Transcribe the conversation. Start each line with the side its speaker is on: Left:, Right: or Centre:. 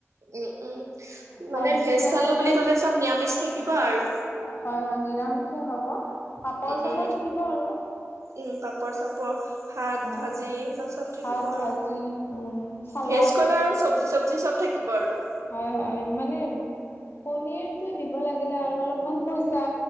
Right: উম, উম
Left: ভাজি
Right: মানে ভেজ
Left: তেনেকে
Right: থালি বুলি ক'লে চব নিৰামিষ থাকিব আৰু।
Left: হয়, হয় নিৰামিষে হ'ব পাপৰ
Right: উম
Left: চাপৰ
Right: উম
Left: থাকিব আৰু।
Right: উম, পাপৰ চাপৰ ভাত
Left: উম।
Right: ভাজি এইবিলাক চব থাকিব
Left: ভাত,
Right: আৰু
Left: ভাজি, উম, চালাড
Right: ভেজ কলে আৰু চব্জি চবজি চব থাকিব আৰু।
Left: হয়, হয় মানে পনীৰতটো দিব লাগিলে আৰু অলপমান পইচা